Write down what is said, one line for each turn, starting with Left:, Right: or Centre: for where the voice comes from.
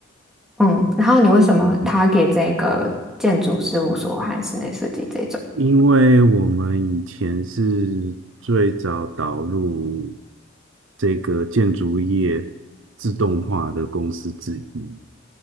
Centre: 嗯，然后你为什么他给这个建筑事务所和室内设计这种？
Right: 嗯因为我们以前是最早导入这个建筑业自动化的公司之一，